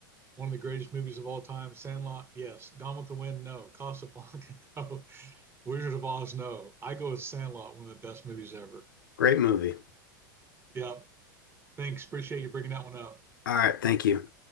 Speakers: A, on the right; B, on the left.
A: one of the greatest movies of all time, Sandlot, yes. Gone with the Wind, no. Casablanca, <laughs> no. Wizard of Oz, no. I go with Sandlot, one of the best movies ever.
B: great movie
A: Yeah, thanks. Appreciate you bringing that one up.
B: all right thank you